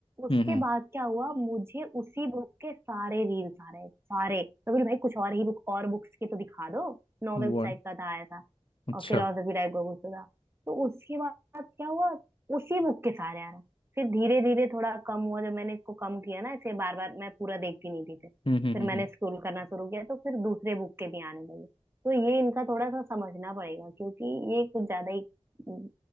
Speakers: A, on the right; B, on the left.
A: उसके
B: हम्म हम्म,
A: बाद क्या हुआ मुझे उसी बुक के सारे रील्स आ रहे सारे तो बोली भाई कुछ और ही बुक और बुक्स के तो दिखा दो नॉवेल्स
B: वो
A: टाइप का था ऐसा
B: अच्छा
A: और फिलोसफी टाइप का कुछ तो था तो उसके बाद क्या हुआ उसी बुक के सारे आ रहे फिर धीरे धीरे थोड़ा कम हुआ जब मैंने इसको कम किया ना ऐसे बार बार मैं पूरा देखती नहीं थी फिर
B: हम्म हम्म
A: फिर
B: हम्म
A: मैंने स्क्रॉल करना शुरू किया तो फिर दूसरे बुक के भी आने लगे तो ये इनका थोड़ा सा समझना पड़ेगा क्योंकि ये कुछ ज्यादा ही उम,